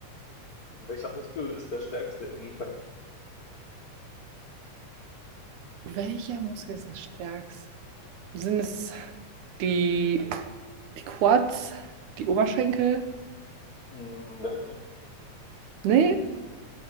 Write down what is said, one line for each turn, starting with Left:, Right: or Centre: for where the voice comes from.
Left: welcher Muskel ist der stärkste im Verhältnis?
Right: Welcher Muskel ist der stärkste? Sind es die, die Quads, die Oberschenkel?
Left: Hm, leider nicht.
Right: Nee?